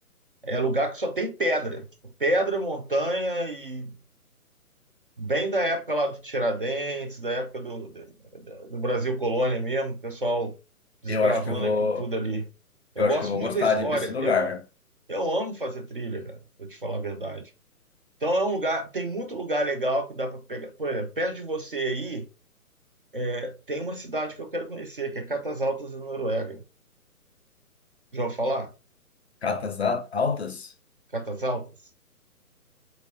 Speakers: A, on the right; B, on the left.
A: É lugar que só tem pedra. Pedra, montanha e bem da época lá do Tiradentes, da época do, do, do Brasil Colônia mesmo, o pessoal desbravando
B: Eu acho que eu vou.
A: aquilo tudo ali.
B: Eu
A: Eu gosto
B: acho que eu vou
A: muito
B: gostar
A: da história.
B: de ir pra esse lugar.
A: Eu, eu amo fazer trilha, cara, pra te falar a verdade. Então é um lugar, tem muito lugar legal que dá para pegar. Por exemplo, perto de você aí É, tem uma cidade que eu quero conhecer, que é Catas Altas, na Noruega. Já ouviu falar?
B: Catas A- Altas
A: Catas Altas?